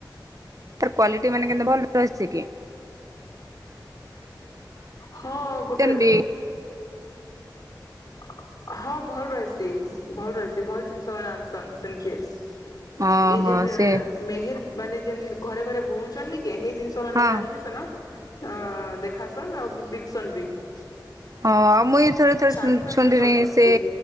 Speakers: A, on the right; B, on the left.
A: ତାର କ୍ବାଲିଟି ମାନେ <inaudible> ଭଲ ଆସିଛି କି?
B: ହଁ ଗୋଟେ
A: <unintelligible>
B: <unintelligible> <unintelligible>
A: ଓହୋ ସେ
B: <unintelligible>
A: ହଁ ହଁ ଆଉ ମୁଇଁ ଥରେ ଥରେ
B: ଶାଢୀ ମାନେ
A: ଶୁଣିଥିନି
B: ବି ଭଲ ପଡସି
A: ସେ